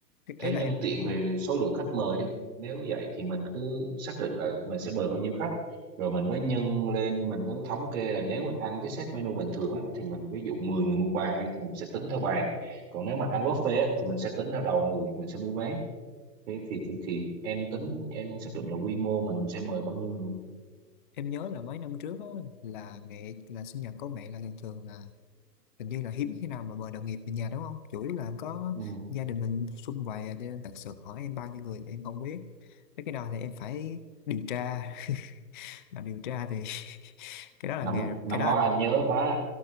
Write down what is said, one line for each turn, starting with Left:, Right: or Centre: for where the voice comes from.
Left: thì
Right: thế
Left: ý là
Right: nhân
Left: em
Right: tiện
Left: ừ,
Right: về số lượng khách mời đi nếu vậy thì mình cứ xác định là mình sẽ mời bao nhiêu khách rồi mình mới nhân lên mình mới thống kê là nếu mình ăn cái set menu bình thường á, thì mình ví dụ 10 người một bàn đi thì mình sẽ tính theo bàn còn nếu mà ăn buffet á, thì mình sẽ tính theo đầu người mình sẽ mua vé thế thì thì thì em tính em xác định là quy mô mình sẽ mời bao nhiêu người
Left: em nhớ là mấy năm trước á, là mẹ là sinh nhật của mẹ là thường thường là hình như là hiếm khi nào mà mời đồng nghiệp về nhà đúng không chủ yếu là có
Right: ừ.
Left: gia đình mình sum vầy à, nên thật sự hỏi em bao nhiêu người thì em không biết Thế cái đó thì em phải điều tra <laughs> mà điều tra thì <laughs> cái đó là
Right: năm
Left: nghề
Right: năm
Left: cái đó
Right: ngoái
Left: anh
Right: anh nhớ má